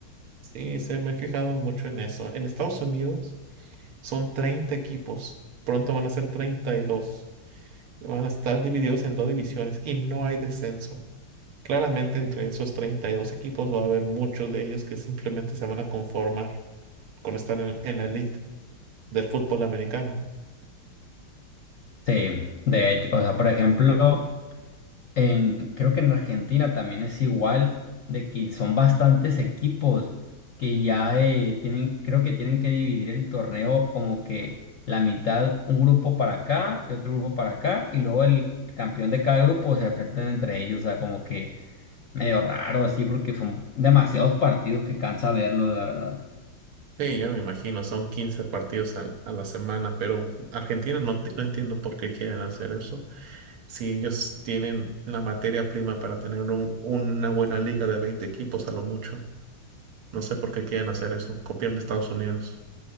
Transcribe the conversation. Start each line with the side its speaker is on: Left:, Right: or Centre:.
Right: Sí, se me he fijado mucho en eso. En Estados Unidos son 30 equipos. Pronto van a ser treinta Y dos. Y Van a estar divididos en dos divisiones y no hay descenso. Claramente entre esos 32 equipos va a haber muchos de ellos que simplemente se van a conformar con estar en, en la elite. del fútbol americano.
Left: Sí, de hecho, o sea, por ejemplo... En, creo que en Argentina también es igual, de que son bastantes equipos que ya eh, tienen, creo que tienen que dividir el torneo como que la mitad, un grupo para acá y otro grupo para acá, y luego el campeón de cada grupo se enfrentan entre ellos, o sea, como que medio raro así, porque son demasiados partidos que cansa verlo, la verdad.
Right: Sí, ya me imagino, son quince partidos al- a la semana, pero Argentina no, te- no entiendo por qué quieren hacer eso. Si ellos tienen la materia prima para tener un- una buena liga de 20 equipos a lo mucho, no sé por qué quieren hacer eso, copiarle a Estados Unidos.